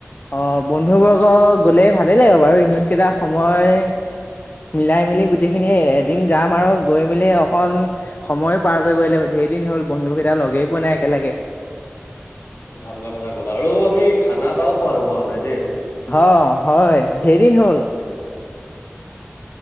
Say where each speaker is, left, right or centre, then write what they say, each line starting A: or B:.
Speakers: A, on the left; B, on the left.
A: অ বন্ধু বৰ্গ গলেই ভালেই লাগিব বাৰু ইহতকেইটা সময় মিলাই মিলি গোটেইখিনি এদিন যাম আৰু গৈ মেলি অকন সময় পাৰ কৰিব লাগিব ধেৰ দিন হ'ল বন্ধুকেইটা লগেই পোৱা নাই একেলগে।
B: ভাল কথা এটা ক'লা আৰু আমি খানা এটাও খোৱা নাই খোৱা নাই দেই।
A: অ হয় ধেৰ দিন হ'ল।